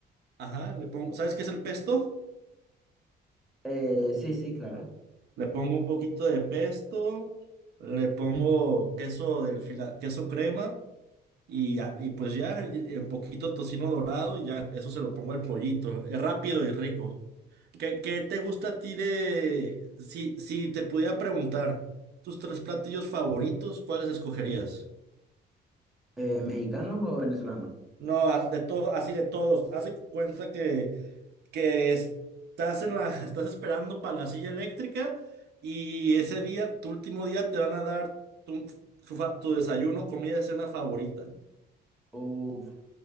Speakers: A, on the right; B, in the centre.
A: Ajá, le pongo, ¿sabes qué es el pesto?
B: Eh, sí, sí, claro.
A: Le pongo un poquito de pesto, le pongo queso del fila- queso crema y, ya- y pues ya y- y un poquito tocino dorado y ya eso se lo pongo al pollito. Es rápido y rico. ¿Qué, qué te gusta a ti de... Si, si te pudiera preguntar tus tres platillos favoritos, ¿cuáles escogerías?
B: Eh, ¿mexicanos o venezolanos?
A: No, a- de todo, así de todos. Haz de cuenta que, que estás en la, <laughs> estás esperando para la silla eléctrica y ese día, tu último día, te van a dar tu, su fa- tu desayuno, comida, cena favorita.
B: Uf,